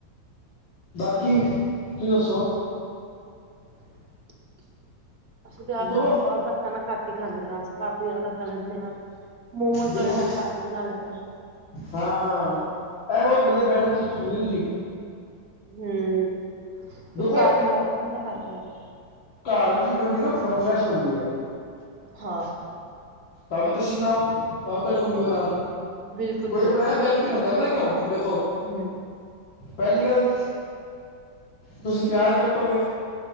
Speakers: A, on the left; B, on the right.
A: ਬਾਕੀ ਤੁਸੀਂ ਦੱਸੋ
B: <inaudible> ਅਸੀਂ ਤਾਂ ਆਪ
A: ਦੋ
B: ਦੇਖੋ ਬਾਹਰ ਦਾ ਖਾਣਾ ਘੱਟ ਹੀ ਖਾਂਦੇ ਹਾਂ ਘਰ ਦੇ ਜ਼ਿਆਦਾ ਖਾਣਾ ਪੀਣਾ ਮੋਮੋਜ਼
A: ਦੇਖੋ
B: ਵਗੈਰਾ ਘਰ ਹੀ ਬਣਾ ਲੈਂਦੀ
A: ਹਾਂ ਇਹ ਬਹੁਤ ਵਧੀਆ ਬੈਟਰ ਚੀਜ਼ ਚੁੰਨੀ ਤੁਸੀਂ
B: ਹੂੰ
A: ਦੇਖੋ
B: ਉਹ ਘਰ ਮਿਲਾਵਟ ਨੀ ਪਾਨ ਦਿੰਦੇ
A: ਘਰ ਦੀ ਬਣਦੀ ਫਰੈਸ਼ ਬਣਦੀ ਹੈ।
B: ਹਾਂ।
A: ਭਾਵੇਂ ਤੁਸੀਂ ਬਣਾਓ, ਭਾਵੇਂ ਤੁਹਾਡੀ ਮੰਮੀ ਬਣਾਣ।
B: ਬਿਲਕੁਲ
A: ਕੋਈ
B: ਬਿਲਕੁਲ।
A: ਬਣਾਏ ਬੈਸਟ ਈ ਬਣਦਾ, ਪਤਾ ਕਿਉਂ ਦੇਖੋ।
B: ਹੂੰ
A: ਪਹਿਲੀ ਗੱਲ, ਤੁਸੀ ਪਿਆਜ ਕੱਟੋਗੇ